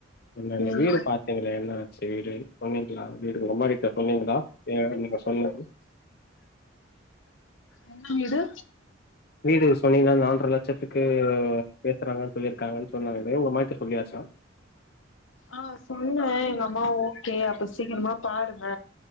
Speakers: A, on the left; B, on the left.
A: என்ன இங்க
B: ம்
A: வீடு பாத் எங்கள என்ன ஆச்சு வீடு சொன்னீங்களா வீடு உங்கொம்மாகிட்ட சொன்னீங்களா. ஏ நீங்க சொன்ன
B: என்ன வீடு
A: வீடு சொனிங்கா நால்ர லட்சத்துக்கு பேஸ்றாங்கன் சொல்லியிருக்காங்கன் சொன்னாங்களே உங்கம்மாய்ட்ட சொல்லியாச்சா.
B: ஆ சொன்ன எங்கம்மா ஓகே அப்ப சீக்கிரமா பாருங்க